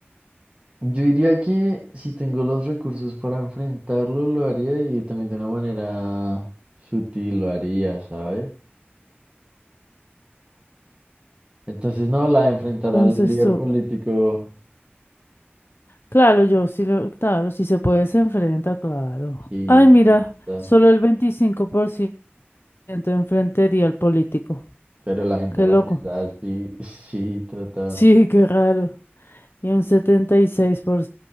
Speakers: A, on the right; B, on the left.
A: Yo diría que si tengo los recursos para enfrentarlo, lo haría y también de una manera sutil lo haría, ¿sabes? Entonces, no, la de enfrentar
B: Entonces
A: al líder
B: tú,
A: político,
B: claro, yo sí lo, claro, si se puede se enfrenta, claro.
A: sí,
B: Ay, mira,
A: sí, tal.
B: solo el 25% enfrentaría al político.
A: Pero la gente
B: Qué
A: porque
B: loco.
A: es así, sí, trata.
B: Sí, <laughs> qué raro. Y un setenta y seis por